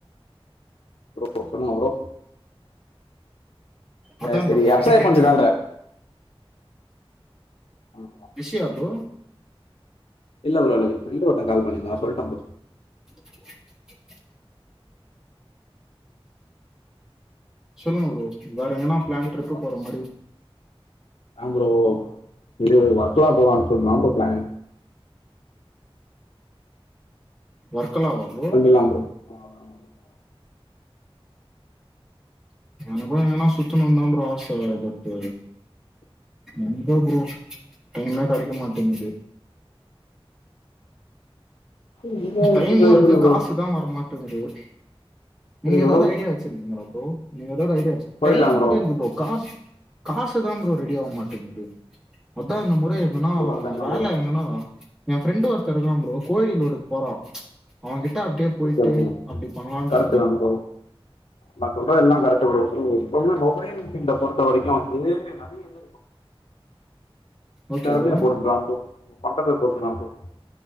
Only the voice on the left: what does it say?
ப்ரோ சொல்லுங்க ப்ரோ
சேரி சேரி
எக்ஸ்ரே
கொஞ்ச நாள்ல ம்
இல்ல ப்ரோ இல்ல ப்ரோ ஃபிரெண்டு ஒருத்த கால் பண்ணிருந்தா சொல்ட்ட ப்ரோ
இப்ப
நீங்க
சொல்றதுதா
ப்ரோ
ஏ ப்ரோ இது ஒர்க்லா போலான்னு சொல்ட்டுதா ப்ரோ பிளானு
லா ப்ரோ ஆமா
எப்டி
ப்ரோ
புரில
ப்ரோ
போயிட்லா
ப்ரோ
அதுதான
ப்ரோ
ஓகே ப்ரோ
கரெட்டுதா
ப்ரோ நா சொல்றது எல்லா கரெக்ட்டு ப்ரோ ப்ரோ சொன்ன மொபைல் ஃபீல்ட பொறுத்த வரைக்கு வந்து நெறைய இது
தெறமைய
பொறுத்துதா ப்ரோ பண்றத பொறுத்து தா ப்ரோ